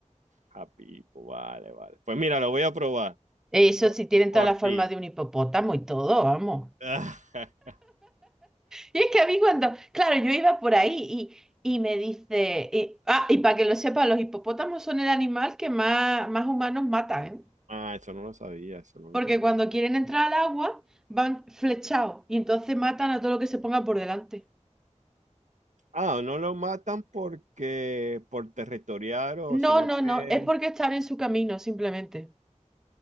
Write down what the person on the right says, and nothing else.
Japipo, vale, vale. Pues mira, lo voy a probar.
Por,
por
ti.
<laughs>
Ah, eso no lo sabía, eso no
lo sabía.
Ah, no lo matan porque por territoriar o
sino
que...